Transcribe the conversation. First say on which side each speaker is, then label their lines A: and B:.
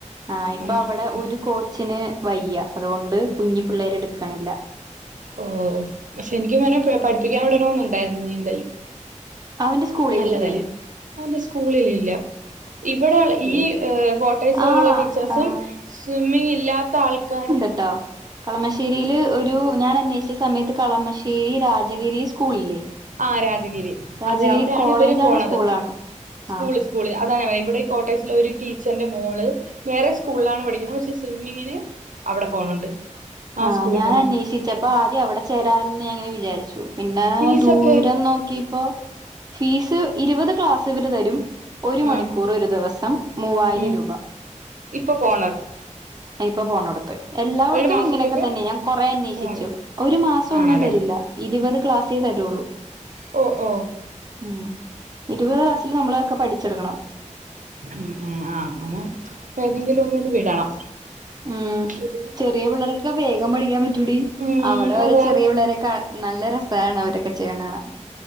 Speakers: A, on the right; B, on the right.
A: ആ ഇപ്പൊ
B: ഉം
A: അവിടെ
B: ഉം
A: ഒരു കോച്ചിന്- വയ്യ അതുകൊണ്ട് കുഞ്ഞി പിള്ളേര് എടുക്കണില്ല.
B: ഓ പക്ഷെ എനിക്ക് ഇവനെ പഠിപ്പിക്കാൻ വിടണന്നുണ്ടായിരുന്നു നീന്തല്.
A: അവന്റെ സ്കൂളിലില്ലേ
B: നല്ലതല്ലേ അവന്റെ സ്കൂളിലില്ല. ഇവിടെ
A: ഇല്ലേ
B: ഈ കോട്ടേഴ്സിലുള്ള
A: ആ
B: ടീച്ചേഴ്സും
A: ആ
B: സ്വിമ്മിങ് ഇല്ലാത്ത ആൾക്കാർ.
A: കേട്ടോ കളമശ്ശേരിൽ ഒരു ഞാൻ അന്വേഷിച്ച സമയത്ത് കളമശ്ശേരി രാജഗിരി- സ്കൂളല്ലേ
B: ആ രാജഗിരി
A: രാജഗിരി
B: അതെ അവിടെയാണ്
A: കോളേജാണോ
B: ഇവരും പോണത്
A: സ്കൂളാണോ?
B: സ്കൂള്
A: ആ
B: സ്കൂള് അതാണ് അവ- ഇവിടെ കോട്ടേസില ഒരു ടീച്ചറിന്റെ മോള് വേറെ സ്കൂളിലാണ് പഠിക്കുന്നത് പക്ഷെ സ്വിമ്മിങ്ങിന്. അവിടെ പോണുണ്ട്. ആ
A: ആഹ്
B: സ്കൂളിൽ
A: ഞാൻ
B: പോണ്
A: അന്വേഷിച്ച പ്പൊ ആദ്യം അവിടെ ചേരാാലന്ന്ഞങ്ങനെ വിചാരിച്ചു. പിന്നെ
B: ഫീസൊക്കെ
A: ദൂരം നോക്കിപ്പോൊ ഫീസ് ഇരുപത് ക്ലാസ് ഇവര് തരും. ഒരു
B: ആ
A: മണിക്കൂർ ഒരു ദിവസം മൂവായിരം
B: ഉം
A: രൂപ.
B: ഇപ്പൊ പോ.
A: ഇപ്പൊ പോണട. എല്ലായിടത്തും
B: ഒരു മാസത്തേക്ക്
A: ഇങ്ങനെയൊക്കെ തന്നെ ഞാൻ കൊറ അന്വേഷിച്ചു
B: പോണം
A: ഒരു മാസം ഒന്നും
B: ആണല്ലേ
A: തരില്ല. ഇരുപത് ക്ലാസ്സേ തരുള്ളൂ.
B: ഓ ഓ
A: മ് ഇരുപത് ക്ലാസിില് നമ്മളൊക്കെ പഠിച്ചെടുക്കണം.
B: മ് മ് ആ ഏതെങ്കിലും ഒന്നിന് വിടണം.
A: മ്
B: ഒരു
A: ചെറിയ പിള്ളേർക്കൊക്കെ വേഗം പഠിക്കാൻ പറ്റൂടി
B: ഉം
A: അവിടെ
B: അതെ
A: രെ ചെറിയ പിള്ളേരെക്കെ- നല്ല രസാണ് അവരൊക്കെ ചെയ്യണ കാണാൻ